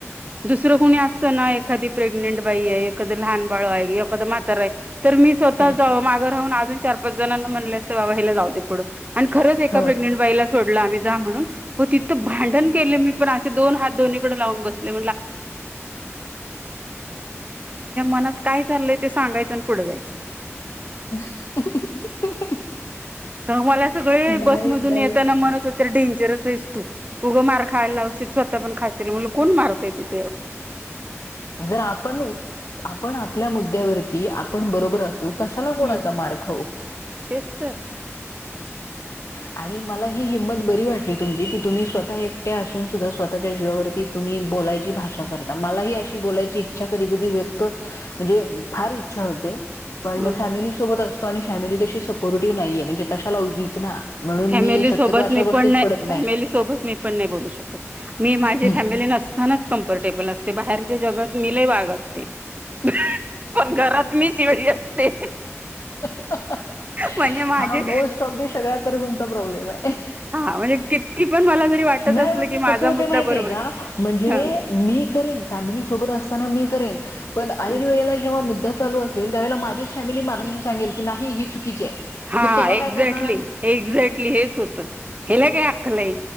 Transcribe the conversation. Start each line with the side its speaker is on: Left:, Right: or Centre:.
Right: दुसरं कोणी असत ना एखादी प्रेग्ंट बाई आहे, एखादी लहान बाळ आहे. एखाद मातारय तर मी स्वतः
Left: हम्म.
Right: माघं राहून चार-पाच जण म्हणल असतं बाबा ह्याला जाऊ दे पुढ आणि खरंच एका
Left: हो
Right: प्रेझेंट बाईला सोडला आम्ही म्हणून व तिथं भांडण केलं मी. पण असे दोन हात दोन्हीकडे लावून बसले. मनात काय चालय ते सांगायचं आणि पुढे जायचं.
Left: अहं हं हं
Right: तर मला सगळे
Left: नाही
Right: बसमधून
Left: नाही
Right: येताना म्हणत हो तर डेंजरच अस तू उगं मार खायला लावशील स्वतः पण खाशील म्हण कोण मारतय तिथं.
Left: जर आपण आपण आपल्या मुद्द्यावरती आपण बरोबर असू कशाला कोणाचा
Right: हम्म
Left: मार खाऊ.
Right: तेच तर
Left: आणि मला ही हिंमत बरी वाटली तुमची की तुम्ही स्वतः एकट्या असून सुद्धा स्वतःच्या जीवावरती तुम्ही बोलायची भा मला ह अशी बोलायची इच्छा कधी कधी व्यक्त म्हणजे फार इच्छा होते. पण
Right: हम्म
Left: फॅमिली सोबत असतो आणि फॅमिली तशी सपोर्टिव्ह नाहीये म्हणजे कशाला उगीच ना. म्हणून
Right: फॅमिली
Left: मी शक्यतो
Right: सोबत
Left: अशा
Right: मी
Left: गोष्टीत
Right: पण नाही.
Left: पडत
Right: फॅमिली सोबत मी पण नाही बोलू शकत मी माझी
Left: नाही
Right: फॅमिली नसतानाच कमफर्टेबल असते. बाहेरच्या जगात मी लई वाघ असते. अहं अहं हं पण घरात मी शेळी असते.
Left: अहं
Right: म्हणजे माझे
Left: हा मोस्ट ऑफ द सगळ्यात पर तुमचा प्रॉब्लेम आहे.
Right: हा म्हणजे किती पण मला जरी वाटत
Left: नाही
Right: असलं
Left: म्हणजे
Right: की माझा
Left: कस होते
Right: मुद्दा
Left: माहितीय
Right: बरोबर
Left: का म्हणजे?
Right: आहे.
Left: मी करेन फॅमिली सोबत असताना मी पण ऐनवेळी
Right: ह
Left: जेव्हा मुद्दा चालू असेल तेव्हा माझी फॅमिली मागंन येऊन सांगेल नाही ही चुकीची आहे.
Right: हा
Left: मग तेव्हा
Right: एक्झॅक्टली
Left: काय करणार
Right: एक्झॅक्टली हेच होतं. हेला काय अक्कल आहे,